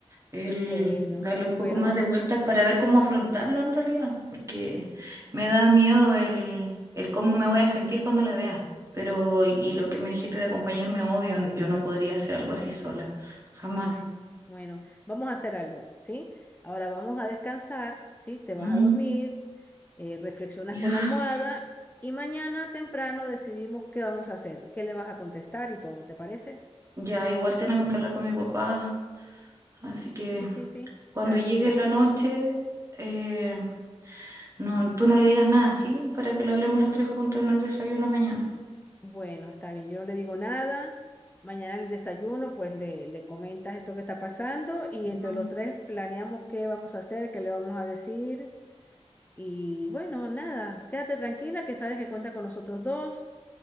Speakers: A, on the right (about 30°); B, on the left (about 15°).
A: el
B: Bueno,
A: darle un poco
B: bueno,
A: más
B: va-
A: de vueltas para ver cómo afrontarlo en realidad, porque me da miedo el, el cómo me voy a sentir cuando la vea. Pero, y, y lo que me dijiste de acompañarme, obvio, n- yo no podría hacer algo así sola, jamás.
B: Bueno, bueno, vamos a hacer algo, ¿sí? Ahora vamos a descansar, ¿sí? Te vas
A: Mm,
B: a dormir, eh, reflexionas
A: Ya,
B: con la almohada y mañana temprano decidimos qué vamos a hacer, qué le vas a contestar y todo, ¿te parece?
A: Ya, igual tenemos que hablar con mi papá, así que
B: Sí, sí, sí,
A: Cuando
B: tranquila.
A: llegue la noche, eh, no, tú no le digas nada, ¿sí? Para que lo hablemos los tres juntos en el desayuno mañana.
B: Bueno, está bien, yo no le digo nada. Mañana en el desayuno, pues le, le comentas esto que está pasando y
A: Mm,
B: entre los tres planeamos qué vamos a hacer, qué le vamos a decir. Y bueno, nada, quédate tranquila que sabes que cuenta con nosotros dos.